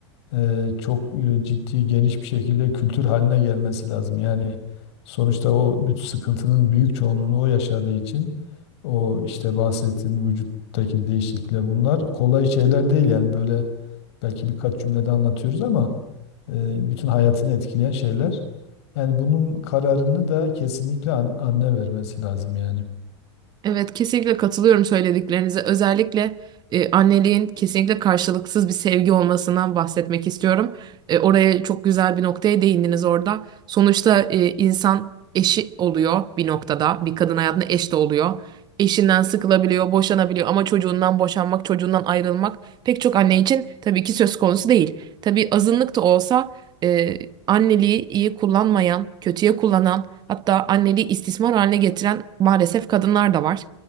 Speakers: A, on the left; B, on the right.
A: e, çok e, ciddi geniş bir şekilde kültür haline gelmesi lazım. Yani sonuçta o bütün sıkıntının büyük çoğunluğunu o yaşadığı için o işte bahsettiğin vücuttaki değişiklikler bunlar kolay şeyler değil yani böyle belki birkaç cümlede anlatıyoruz ama e, bütün hayatını etkileyen şeyler. Yani bunun kararını da kesinlikle an- anne vermesi lazım yani.
B: Evet kesinlikle katılıyorum söylediklerinize. Özellikle e, anneliğin kesinlikle karşılıksız bir sevgi olmasından bahsetmek istiyorum. E, oraya çok güzel bir noktaya değindiniz orada. Sonuçta e, insan eşi oluyor bir noktada. Bir kadın hayatında eş de oluyor. Eşinden sıkılabiliyor, boşanabiliyor ama çocuğundan boşanmak, çocuğundan ayrılmak pek çok anne için tabii ki söz konusu değil. Tabii azınlık da olsa e, anneliği iyi kullanmayan, kötüye kullanan Hatta anneliği istismar haline getiren maalesef kadınlar da var.